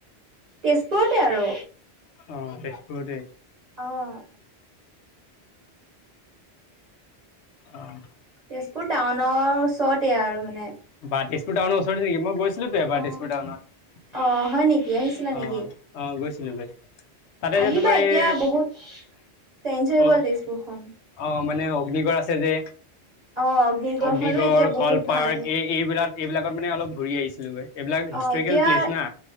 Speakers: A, on the right; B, on the left.
A: তেজপুৰতে আৰু
B: অহ তেজপুৰতে
A: অ',
B: অহ <unintelligible>
A: তেজপুৰ টাউনৰ ওচৰতে আৰু মানে
B: বা তেজপুৰ টাউনৰ ওচৰতে নেকি মই গৈছিলো তো এবাৰ
A: অ'।
B: তেজপুৰ টাউনত
A: অ', হয় নেকি আহিছিলা
B: অ',
A: নেকি?
B: অ', গৈছিলো, গৈছিলো তাতে, যে
A: আহিবা
B: তোমাৰ
A: এতিয়া
B: এই
A: বহুত চেঞ্জ হৈ
B: অ',
A: গ'ল তেজপুৰখন।
B: আহ মানে অগ্নিগড় আছে যে
A: অ', অগ্নিগড়খনো
B: অগ্নিগড়
A: এতিয়া বহুত
B: কল পাৰ্ক
A: ভাল
B: এই এইবিলাক এইবিলাকত মানে অলপ ঘূৰি আহিছিলোগৈ এইবিলাক
A: অ',
B: হিষ্টৰিকেল
A: এতিয়া
B: প্লেচ না